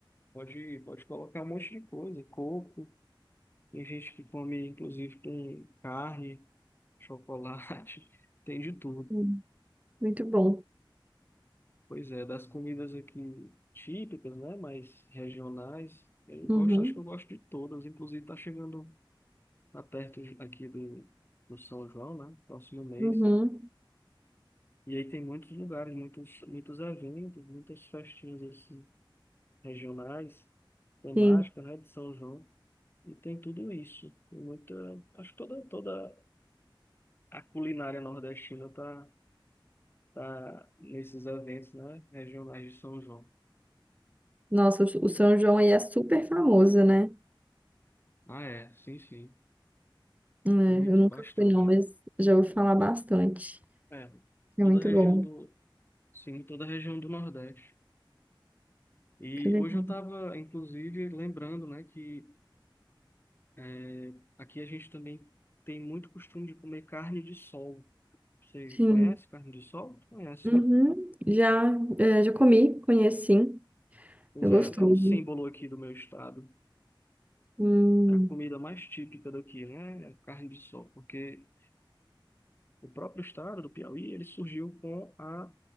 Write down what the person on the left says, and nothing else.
Pode, pode colocar um monte de coisa. Coco. Tem gente que come, inclusive, com carne. chocolate, <laughs> tem de tudo.
Pois é, das comidas aqui típicas, né, mas regionais, eu gosto,
acho que eu gosto de todas. Inclusive, tá chegando a perto de- aqui do, do São João, né, próximo mês.
E aí tem muitos lugares, muitos, muitos eventos, muitas festinhas assim, regionais, temática,
né, de São João. E tem tudo isso. E Muita, acho que toda, toda a culinária nordestina tá, tá nesses eventos, né, regionais de São João.
Ah, é, sim, sim.
Muito,
bastante.
É,
toda
a região
do, sim, toda a região do Nordeste. E
hoje eu estava, inclusive, lembrando, né, que é, aqui a gente também tem muito costume de comer carne de sol. Você
conhece carne de sol? Conhece,
né?
Pois
é, é um símbolo aqui do meu estado.
É a comida mais típica daqui, né? É a carne de sol, porque O próprio estado do Piauí, ele surgiu com a,